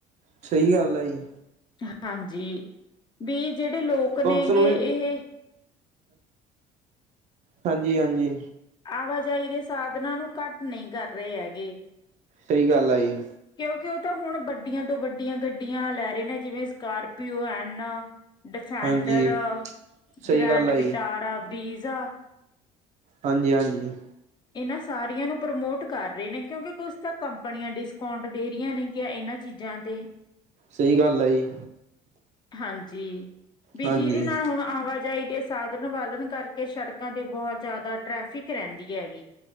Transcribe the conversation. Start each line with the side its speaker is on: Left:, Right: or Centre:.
Right: ਸਹੀ ਗੱਲ ਆ ਜੀ
Left: ਹਾਂਜੀ ਵੀ ਜਿਹੜੇ ਲੋਕ
Right: ਪੁਲਿਸ
Left: ਨੇ
Right: ਨੂੰ ਵੀ
Left: ਇਹ
Right: ਹਾਂਜੀ ਹਾਂਜੀ
Left: ਆਵਾਜਾਈ ਦੇ ਸਾਧਨਾਂ ਨੂੰ ਘੱਟ ਨਹੀਂ ਕਰ ਰਹੇ ਹੈਗੇ
Right: ਸਹੀ ਗੱਲ ਆ ਜੀ
Left: ਕਿਉਂਕਿ ਓ ਤਾਂ ਹੁਣ ਬੱਡੀਆਂ ਤੋਂ ਵੱਡੀਆਂ ਗੱਡੀਆਂ ਲੈ ਰੇ ਨੇ ਜਿਵੇਂ ਸਕਾਰਪੀਓ ਐੱਨ। ਡਿਫੈਂਡਰ
Right: ਹਾਂਜੀ। ਸਹੀ
Left: ਗ੍ਰੈਂਡ
Right: ਗੱਲ ਆ
Left: ਵਿਟਾਰਾ
Right: ਜੀ
Left: ਬੀਰਜਾ
Right: ਹਾਂਜੀ ਹਾਂਜੀ
Left: ਇਹਨਾਂ ਸਾਰੀਆਂ ਨੂੰ ਪ੍ਰਮੋਟ ਕਰ ਰਹੇ ਨੇ ਕਿਉਂਕਿ ਕੁਛ ਤਾਂ ਕੰਪਨੀਆਂ ਡਿਸ ਕਾਊਂਟ ਦੇ ਰਹੀਆਂ ਨੇ ਇਹਨਾਂ ਚੀਜ਼ਾਂ ਤੇ
Right: ਸਹੀ ਗੱਲ ਹੈ ਜੀ
Left: ਹਾਂਜੀ ਵੀ
Right: ਹਾਂਜੀ।
Left: ਜਿਹਦੇ ਨਾਲ ਹੁਣ ਆਵਾਜਾਈ ਦੇ ਸਾਧਨ ਵਧਨ ਕਰਕੇ ਸੜਕਾਂ ਤੇ ਬਹੁਤ ਜ਼ਿਆਦਾ ਟ੍ਰੈਫਿਕ ਰਹਿੰਦੀ ਹੈਗੀ